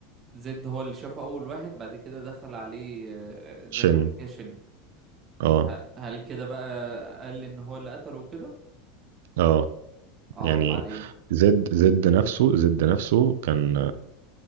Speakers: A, on the right (about 25°); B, on the right (about 80°).
A: زد هو اللي شافه اول واحد بعد كده دخل عليه آه، زي
B: شن
A: ما قلت كده شن
B: اه
A: ه- هل كده بقى قال لي ان هو اللي قتله وكده
B: اه
A: اه
B: يعني
A: وبعدين
B: زد زد نفسه زد نفسه كان